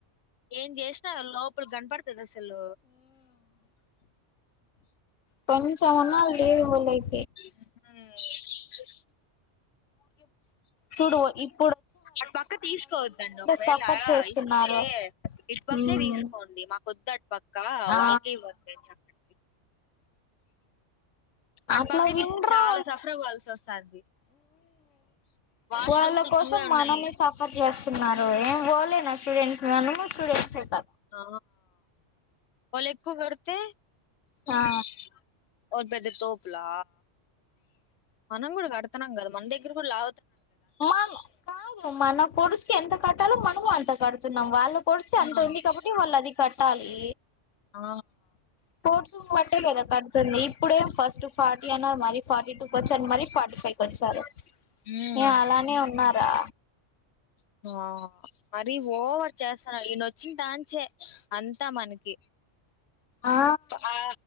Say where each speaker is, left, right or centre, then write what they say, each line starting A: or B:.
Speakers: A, on the left; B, on the left.
A: ఎం చే లోపు గన్ ద సల్
B: ప <unintelligible> లేదు పోలె
A: మ్మ్
B: సూడువ ఇప్
A: అటు పక్క తీసుకోవద్దండి ఒకవేళ
B: సఫర్ చేస్తున్నారు
A: ఇస్తే ఇటుపక్కే
B: మ్మ్
A: తీసుకోండి మాక వద్దు అటు పక్క
B: ఆ
A: వాళ్ళకిే ఇవ్వండి అని చెప్పండి అటు
B: అట్లా
A: పక్కే
B: విన్ర్రు
A: తీసి చాలా సఫర్ అవ్వాల్సి వస్తుంది వాష్రూమ్స్
B: వాళ్ళ కోసం
A: టూ ఏ ఉన్నాయి
B: మనమే సఫర్ చేస్తున్నారు ఏం ఓలేనా స్టూడెంట్స్ మనము స్టూడెంట్స్ ఎ
A: ఆ వాళ్ళ ఎక్కువ్ కడితే
B: ఆ
A: <unintelligible> తోపులా మనం కూడా కడుతునాంగదా మన దగ్గర కూడా లా
B: మ మన కోడుసుకి ఎంత కట్టాలో మనము అంత కడుత నం వాళ్ళు కొడిస్తే అంత
A: ఆ
B: ఉంది కాబట్టి వాళ్ళు అది కట్టాలి
A: ఆ
B: స్పోర్ట్స్ ను బట్టే కదా కడుతుంది ఇప్పుడే ఫస్ట్ ఫార్టీ అన్నారు మరి ఫార్టీ టు వచ్చని మరి ఫార్టీ ఫై కి వచ్చారు
A: ఉం
B: ఏ అలానే ఉన్నారా
A: అ మరి ఓవర్ చేస్తా ఇయనో చ్చి డాంచే అంతా మనకి
B: ఆ
A: ఆ